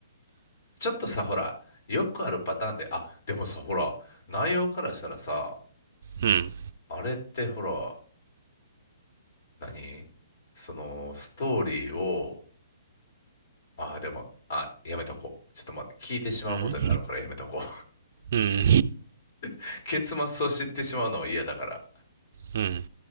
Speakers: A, on the left; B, on the right.
A: ちょっとさ、ほら、よくあるパターンで、あ、でもさ、ほら、内容からしたらさ、
B: うん。
A: あれってほら、何その、ストーリーを、ああ、でも、あ、やめとこう。ちょっと待って、聞いてしまうことになるからやめとこう。
B: うんうん。
A: <laughs> 結末を知ってしまうのは嫌だから。
B: うん。